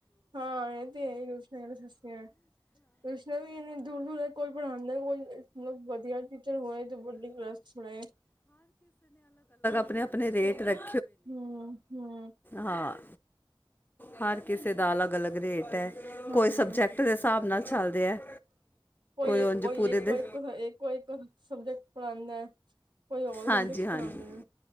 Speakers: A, on the right; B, on the left.
A: ਹਾਂ ਇਹ ਤੇ ਇਹ ਰੋਸ਼ ਸਸਤੇ ਹੈ ਨੇ ਵੀ ਇੰਨੀ ਦੂਰ ਦੂਰ ਕੋਈ ਪੜ੍ਹਉਂਦਾ ਕੋਈ ਮਤਲਬ ਵਧੀਆ <unintelligible> ਹੋਏ ਤਾਂ ਬਡ ਰਸ ਪੇ
B: ਆਪਣੇ ਆਪਣੇ ਰੇਟ ਰੱਖ
A: ਹਮ ਹਮ
B: ਹਾਂ ਹਰ ਕਿਸੇ ਦਾ ਅਲੱਗ ਅਲੱਗ ਰੇਟ ਹੈ
A: ਹਾਂ
B: ਕੋਈ ਸਬਜੈਕਟ ਦੇ ਹਿਸਾਬ ਨਾਲ ਚੱਲਦੇ ਹੈ
A: ਕੋਈਏ
B: ਉਂਝ
A: ਕੋਈ
B: ਪੂਰੇ
A: ਇੱਕ
B: ਦੇ
A: ਕੋਈ ਕੋਈ ਸਬਜੈਕਟ ਪੜ੍ਹਉਦਾ ਹੈ ਕੋਈ ਲ
B: ਹਾਂਜੀ
A: ਸਬਜੈਕਟ ਸਿਖਾਉਦਾ
B: ਹਾਂਜੀ
A: ਹੈ